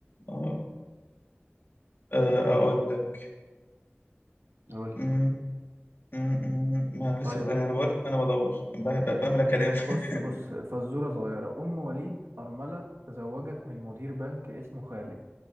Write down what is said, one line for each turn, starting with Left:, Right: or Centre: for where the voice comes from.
Left: اه آه، أقول لك
Right: قول
Left: م-
Right: لي
Left: م- م- ما أنا
Right: طيب
Left: لسه يعني أنا بقول لك أنا بدور ب- ب- بملى كلام
Right: بص
Left: <laughs>
Right: بص فزورة صغيرة أم وليد أرملة تزوجت من مدير بنك اسمه خالد